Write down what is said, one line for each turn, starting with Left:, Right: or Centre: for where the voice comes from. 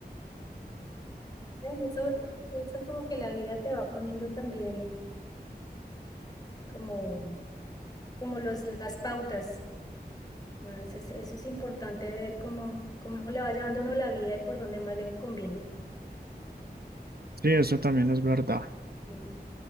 Left: ¿vale? eso, eso como que la vida te va poniendo también como, como los, las pautas. Ah, Eso es, eso es importante ver cómo, cómo le va llevando uno la vida y por dónde más le conviene.
Right: Sí, eso también es verdad.
Left: Mm.